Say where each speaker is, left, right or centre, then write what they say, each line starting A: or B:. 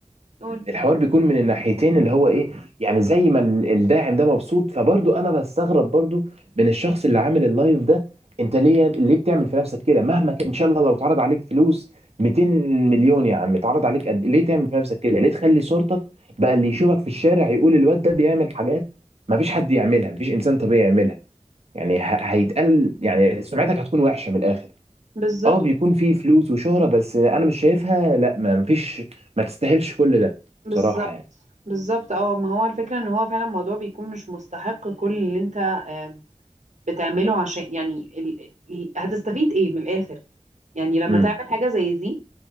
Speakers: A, on the right (about 70°); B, on the right (about 55°).
A: قول
B: الحوار بيكون من الناحيتين اللي هو ايه يعني زي ما ال- الداعم ده مبسوط فبرضه انا بستغرب برضه من الشخص اللي عامل اللايف ده انت ليه ليه بتعمل في نفسك كده مهما كان ان شاء الله لو اتعرض عليك فلوس 200 مليون يا عم اتعرض عليك قد إيه؟ ليه تعمل في نفسك كده ليه تخلي صورتك بقى اللي يشوفك في الشارع يقول الواد ده بيعمل حاجات ما فيش حد يعملها ما فيش انسان طبيعي يعملها يعني ه- هيتقال يعني سمعتك هتكون وحشة من الاخر
A: بالظبط
B: اه بيكون في فلوس وشهرة بس انا مش شايفها لا ما فيش ما تستاهلش كل ده
A: بالظبط
B: بصراحة يعني
A: بالظبط اه ما هو الفكره ان هو فعلا الموضوع بيكون مش مستحق كل اللي انت آه، بتعمله عشان يعني ال... ال- هتستفيد ايه من الاخر يعني لما
B: امم
A: تعمل حاجه زي دي